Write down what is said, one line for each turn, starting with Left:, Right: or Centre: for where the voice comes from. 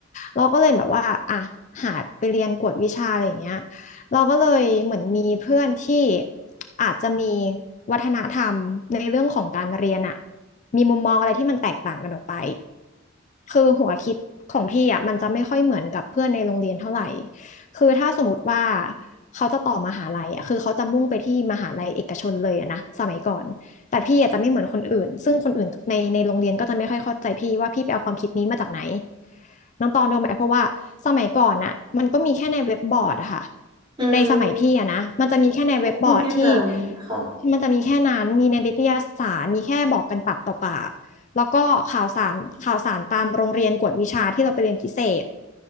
Left: เราก็เลยแบบว่าอะหาไปเรียนกวดวิชาอะไรอย่างเงี้ยเราก็เลยเหมือนมีเพื่อนที่อาจจะมีวัฒนธรรมในเรื่องของการเรียนอะ มีมุมมองอะไรที่มันแตกต่างกันออกไปคือหัวคิดของพี่อ่ะมันจะไม่ค่อยเหมือนกับเพื่อนในโรงเรียนเท่าไหร่คือถ้าสมมติว่าเขาจะต่อมหาลัยอ่ะคือเขาจะมุ่งไปที่มหาลัยเอกชนเลยอะนะสมัยก่อนแต่พี่อาจจะไม่เหมือนคนอื่นซึ่งคนอื่นในในโรงเรียนก็จะไม่ค่อยเข้าใจพี่ว่าพี่ไปเอาความคิดนี้มาจากไหนน้องตองรู้ไหมเพราะว่าสมัยก่อนอ่ะมันก็มีแค่ในเว็บบอร์ดอะค่ะ
Right: อืม
Left: ในสมัยพี่อะนะมันจะมีแค่ในเว็บบอร์ดที่
Right: แล้วก็มีแค่นั้นค่ะ
Left: มันจะมีแค่นั้น มีในนิตยสารมีแค่บอกกันปากต่อปาก แล้วก็ข่าวสารข่าวสารตามโรงเรียนกวดวิชาที่เราไปเรียนพิเศษ